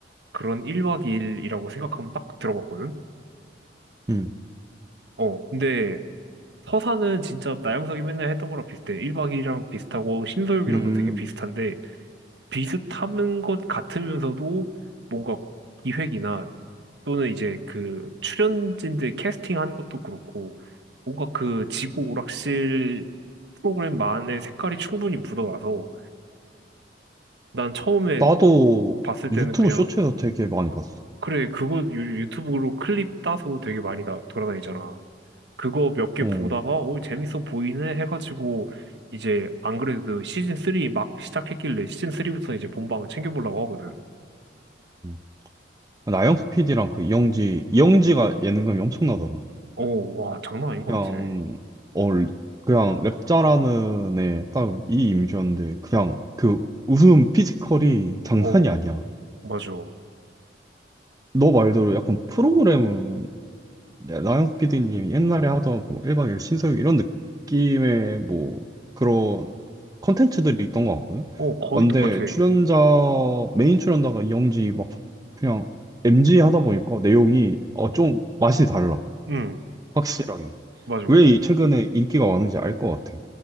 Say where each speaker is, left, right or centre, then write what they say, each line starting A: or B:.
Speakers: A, on the right (about 65°); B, on the right (about 20°).
A: 그런 1박 2일이라고 생각하면 딱 들어봤거든.
B: 음.
A: 어 근데 서사는 진짜 나영석이 맨날 했던 거랑 비슷해. 1박 2일이랑 비슷하고 신서유기랑도
B: 음.
A: 되게 비슷한데 비슷한 것 같으면서도 뭔가 기획이나 또는 이제 그 출연진들 캐스팅한 것도 그렇고 뭔가 그 지구 오락실 프로그램만의 색깔이 충분히 묻어나서 난 처음에
B: 나도
A: 봤을 때는
B: 유튜브
A: 그냥
B: 쇼츠에서 되게 많이 봤어.
A: 그래 그거 유- 유튜브로 클립 따서 되게 많이 나, 돌아다니잖아. 그거 몇 개
B: 어.
A: 보다가 오 재밌어 보이네 해가지고 이제 안 그래도 시즌 3 막 시작했길래 시즌 3부터 이제 본방을 챙겨보려고 하거든.
B: 음. 나영석 PD랑 그 이영지, 이영지가 예능감이 엄청나더라.
A: 어, 와, 장난 아닌 것
B: 그냥,
A: 같아.
B: 어, 그냥 랩 잘하는 애 딱 이 이미지였는데, 그냥 그 웃음 피지컬이 장난이
A: 어,
B: 아니야.
A: 맞아. 어,
B: 너 말대로 약간 프로그램은 네, 나영석 PD님이 옛날에 하던 그 1박 2일 신서유 이런 느낌의 뭐 그런 컨텐츠들이 있던 것 같거든.
A: 거의
B: 아, 근데
A: 똑같아.
B: 출연자 메인 출연자가 이영지 막 그냥 MG 하다 보니까 내용이 어, 좀 맛이 달라.
A: 응,
B: 확실하게.
A: 맞아.
B: 왜 이 최근에 인기가 많은지 알 것 같아.